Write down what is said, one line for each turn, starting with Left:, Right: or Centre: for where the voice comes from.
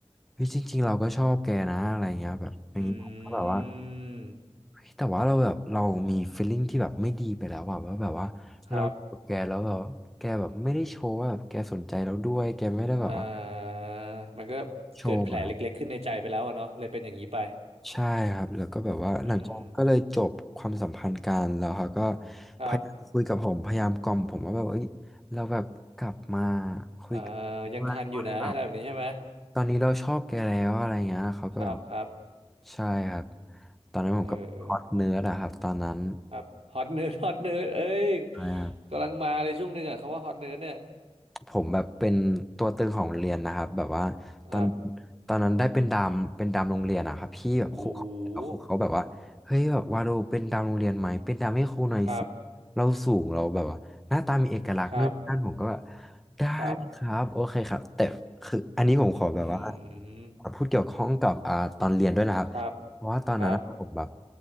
Centre: เฮ้ยจริงๆเราก็ชอบแกนะอะไรเงี้ยแบบอย่างนี้ผมก็แบบว่า
Right: อืม
Centre: เฮ้ยแต่ว่าเราแบบเรามี feeling ที่แบบไม่ดีไปแล้วอะว่าแบบว่าเราอยู่กับแกแล้วแบบแกแบบไม่ได้โชว์ว่าแบบแกสนใจเราด้วยแกไม่ได้แบบว่า
Right: ครับอ่ามันก็เกิดแผลเล็กๆขึ้นในใจไปแล้วอะเนาะเลยเป็นอย่างนี้ไป
Centre: โชว์อะใช่ครับแล้วก็แบบว่าหลังจากนั้นก็เลยจบความสัมพันธ์กันแล้วเขาก็
Right: อืมครับ
Centre: พยายามคุยกับผมพยายามกล่อมผมว่าแบบเอ้ยเราแบบกลับมาคุยกันว่าว่าแบบ
Right: อ่ายังทันอยู่นะอะไรแบบนี้ใช่ไหม
Centre: ตอนนี้เราชอบแกแล้วอะไรเงี้ยเขาก็แบบ
Right: ครับครับ
Centre: ใช่ครับ ตอนนั้นผมก็คอร์สเนื้อนะครับตอนนั้น
Right: เออเออครับฮอตเนิร์ดฮอตเนิร์ดเอ้ย
Centre: ใช่ครับ
Right: กำลังมาเลยช่วงหนึ่งอ่ะคำว่าฮอตเนิร์ดเนี่ย
Centre: ผมแบบเป็นตัวตึงของโรงเรียนนะครับแบบว่าตอน
Right: ครับ
Centre: ตอนนั้นได้เป็นดามเป็นดามโรงเรียนอะครับพี่แบบครูเขาครูเขาแบบว่าเฮ้ยแบบว่าเราเป็นดามโรงเรียนไหมเป็นดามให้ครูหน่อยสิ
Right: โอ้โหครับ
Centre: เราสูงเราแบบว่าหน้าตามีเอกลักษณ์นู่นนั่นผมก็แบบ
Right: ครับ
Centre: ได้ครับโอเคครับแต่คืออันนี้ผมขอแบบว่า
Right: ครับอืม
Centre: พูดเกี่ยวข้องกับอ่าตอนเรียนด้วยนะครับเพราะว่าตอนนั้นอะผมแบบ
Right: ครับครับ